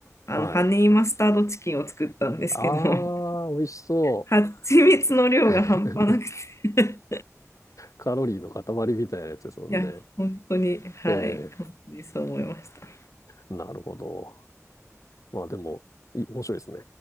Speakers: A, on the left; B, on the left.
A: あの、
B: はい。
A: ハニーマスタードチキンを作ったんですけど、
B: あー、
A: <laughs>
B: 美味しそう。
A: 蜂蜜の量が半端なく
B: <laughs>
A: て
B: カロリーの塊みたいなやつですもんね。
A: いや、本当に、はい、
B: ええ。
A: 本当にそう思いました。
B: なるほど。まあでも、い面白いですね。